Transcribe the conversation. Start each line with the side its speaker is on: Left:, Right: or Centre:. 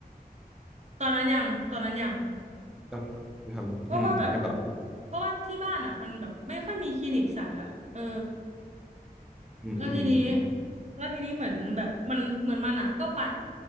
Right: ตอนนั้นยังตอนนั้นยัง
Centre: ทำไม่ได้ทำอืมแล้วไงต่อ
Right: เพราะว่าแบบเพราะว่าที่บ้านอ่ะมันแบบไม่ค่อยมีคลินิกสัตว์อ่ะเออ
Centre: อืมอืมอืมอืม
Right: แล้วทีนี้แล้วทีนี้เหมือนแบบมันเหมือนมันอ่ะก็ไป